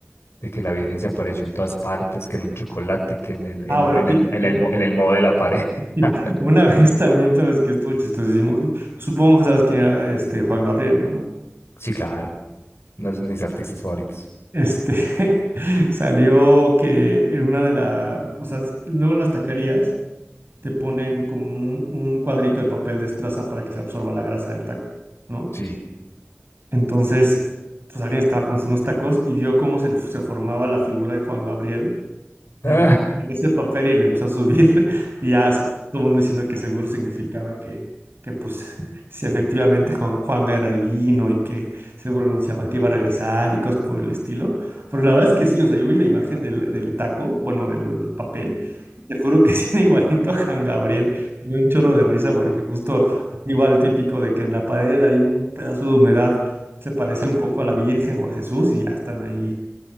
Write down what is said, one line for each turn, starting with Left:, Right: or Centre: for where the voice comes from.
Left: de que la Virgen se apareció en todas partes, que en un chocolate, que en el,
Right: Ah,
Left: en, un-
Right: bueno,
Left: en
Right: aquí
Left: el,
Right: también.
Left: en el, mo- en el modo de la pared.
Right: <laughs>
Left: <laughs>
Right: Una vez también, sabes que estuvo chistosísimo. Supongo que sabes quién era este Juan Gabriel, ¿no?
Left: Sí, claro, uno de mis artistas favoritos.
Right: Este <laughs> salió que en una de las, o sea, luego en las taquerías te ponen como un, un cuadrito de papel de estraza para que se absorba la grasa del taco, ¿no?
Left: Sí.
Right: Entonces, pues alguien estaba con unos tacos y vio cómo se, le- se formaba la figura de Juan Gabriel
Left: Ah,
Right: en en ese papel y le empezó a subir <laughs> y ya se- todo el mundo diciendo que seguro significaba que, que pues <laughs> si efectivamente Juan, Juanga era divino y que seguro anunciaba que iba a regresar y cosas por el estilo. Pero la verdad es que sí, o sea, yo vi la imagen del, del taco, bueno, del papel, y te juro que <laughs> sí era igualito a Juan Gabriel. Me dio un chorro de risa porque justo igual típico de que en la pared hay un pedazo de humedad, se parece un poco a la Virgen o a Jesús y ya están ahí